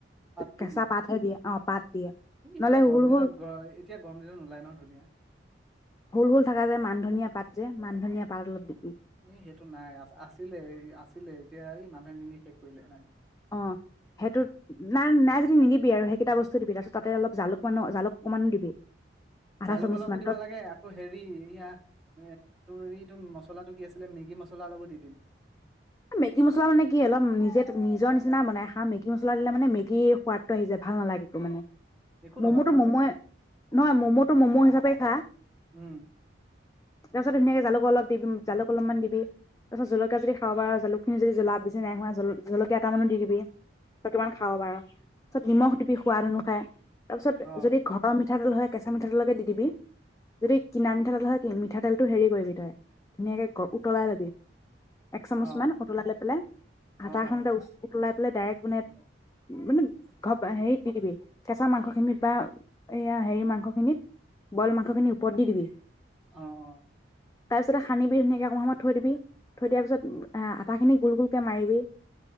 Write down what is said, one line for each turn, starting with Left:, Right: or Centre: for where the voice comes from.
Centre: পাতটো
Left: কেঁচা
Centre: দিয়ে
Left: পাতহে দিয়ে অ পাত দিয়ে নহ'লে
Centre: এতিয়া গৰম
Left: হুল
Centre: দিনত
Left: হুল
Centre: গ এতিয়া গৰম দিনত নোলাই নহয় ধনিয়া।
Left: হুল-হুল থাকা যে মান ধনিয়া পাত যে মান ধনিয়া পাত অলপ দিব।
Centre: এ সেইটো নাই আছিলে-আছিলে এতিয়া এই মান নাই নি শেষ কৰিলে নাই।
Left: অ, সেইটো নাই নাই যদি নিদিবি আৰু সেইকেইটা বস্তু দিবি তাৰপিছত তাতে অলপ জালুক মানো জালুক অকমানো দিবি। আধা
Centre: জালুক
Left: চামুচ
Centre: অলপো
Left: মান
Centre: দিব
Left: তত
Centre: লাগে আকৌ হেৰি এয়া এ তোৰ এইটো মছলাটো কি আছিলে মেগী মছলাৰ অলপো দি দিম।
Left: মেগী মছলা মানে কি অলপ নিজে নিজৰ নিচিনা বনাই খা মেগি। মেক মলা দিলে মানে মেগীৰ সোৱাদ আহি যছে ভাল নালাগে একো মানে।
Centre: একো
Left: ম'ম'টো
Centre: নহয় ভাল
Left: ম'মোয়ে,
Centre: লাগে
Left: নহয় ম'ম'টো ম'ম' হিচাপে খা।
Centre: উম
Left: তাৰ পিছত ধুনিয়াকৈ জালুক অলপ, জালুক অলপমান দিবি তাৰ পাছ জলকীয়া যদি খাব বাৰু জালুকখিনি যদি জ্বলা বেছি নাই হোৱা জ জলকীয়া এটামানো দি দিবি অকমান খাব বাৰু পিছত নিমখ দিবি সোৱাদ অনুসাৰে। তাৰপিছত
Centre: অ
Left: যদি ঘৰ মিঠাতেল হয় কেঁচা মিঠাতেলকে দি দিবি। যদি কিনা মিঠাতেল হয় কি মিঠাতেলটো হেৰি কৰিবি তই ধুনীয়াকে গ - উতলাই লবি। এক চামুচ
Centre: অ
Left: মান উতলাই লৈ পেলাই হাটা
Centre: অ
Left: এখনতে
Centre: অ
Left: উতলাই বলে ডাইৰেক্ট মানে - মানে হেৰিত দি দিবি কেঁচা মাংসখিনিত বা এইয়া হেৰি মাংসখিনিত বইল মাংসখিনি ওপৰত দি দিবি।
Centre: অ' অ'।
Left: তাৰপিছতে সানিবি ধুনীয়াকে অকমান সময় থৈ দিবি। থৈ দিয়াৰ পিছত আটাখিনি গোল গোলকৈ মাৰিবি।